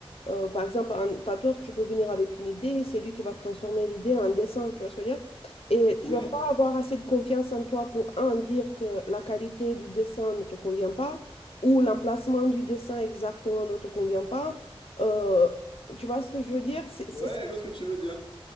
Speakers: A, on the left (about 80°); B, on the left (about 60°).
A: euh, par exemple, un tatoueur, tu peux venir avec une idée, c'est lui qui va transformer l'idée en dessin, tu vois ce que je veux dire? Et
B: Oui,
A: tu vas pas avoir assez de confiance en toi pour, un, dire que la qualité du dessin ne te convient pas, ou l'emplacement du dessin exactement ne te convient pas. Euh, tu vois ce que je veux dire? C'est, c'est
B: ouais,
A: ça.
B: je vois ce que tu veux dire.